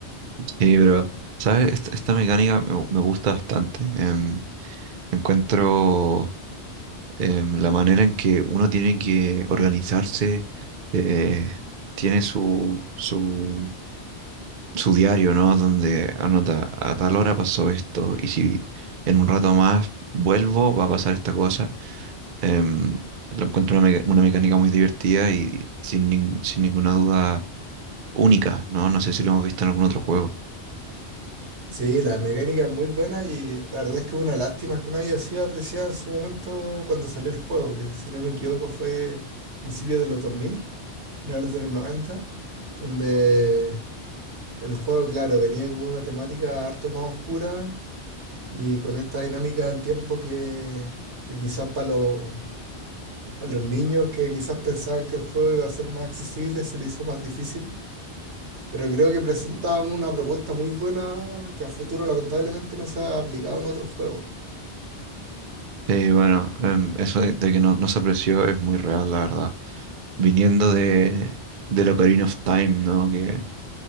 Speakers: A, on the right (about 55°); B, on the right (about 80°).
A: Sí, pero, ¿sabes? Esta, esta mecánica me, me gusta bastante. em, encuentro... em, la manera en que uno tiene que organizarse, eh, tiene su, su, su diario, ¿no? Donde anota, a tal hora pasó esto, y si en un rato más vuelvo, va a pasar esta cosa. Em, lo encuentro una, meca- una mecánica muy divertida y sin, nin- sin ninguna duda única, ¿no? No sé si lo hemos visto en algún otro juego.
B: Sí, la mecánica es muy buena y la verdad es que es una lástima que no haya sido apreciada en su momento cuando salió el juego, que si no me equivoco fue principios de los 2000, finales de los 90, donde el juego, claro, venía con una temática harto más oscura y con esta dinámica del tiempo que, que quizás para los, para los niños que quizás pensaban que el juego iba a ser más accesible, se le hizo más difícil. Pero creo que presentaban una propuesta muy buena que a futuro lamentablemente no se ha aplicado en otros juegos.
A: Eh, bueno, em, eso de, de que no, no se apreció es muy real, la verdad. Viniendo de, de Ocarina of Time, ¿no? Que